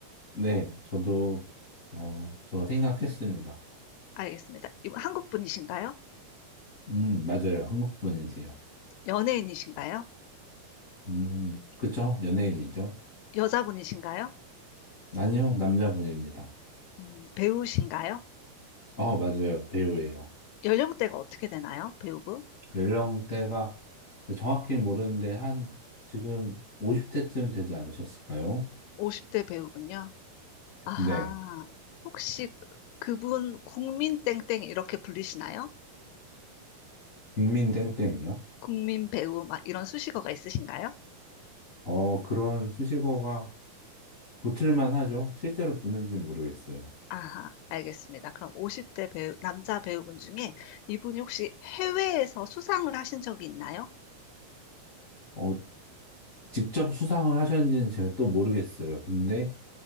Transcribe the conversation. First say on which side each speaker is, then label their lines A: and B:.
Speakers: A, on the left; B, on the left.
A: 네, 저도, 어, 저 생각했습니다.
B: 알겠습니다. 이분 한국 분이신가요?
A: 음, 맞아요. 한국분이세요.
B: 연예인이신가요?
A: 음, 그쵸? 연예인이죠?
B: 여자분이신가요?
A: 아니요, 남자분입니다.
B: 음, 배우신가요?
A: 어, 맞아요. 배우예요.
B: 연령대가 어떻게 되나요? 배우분?
A: 연령대가 정확히 모르는데 한, 지금 50대쯤 되지 않으셨을까요?
B: 50대 배우분요. 아하.
A: 네.
B: 혹시 그분 국민 땡땡 이렇게 불리시나요?
A: 국민 땡땡이요?
B: 국민 배우 막 이런 수식어가 있으신가요?
A: 어, 그런 수식어가 붙을만 하죠. 실제로 붙는지 모르겠어요.
B: 아하, 알겠습니다. 그럼 50대 배우, 남자 배우분 중에 이분이 혹시 해외에서 수상을 하신 적이 있나요?
A: 어, 직접 수상을 하셨는지는 제가 또 모르겠어요. 근데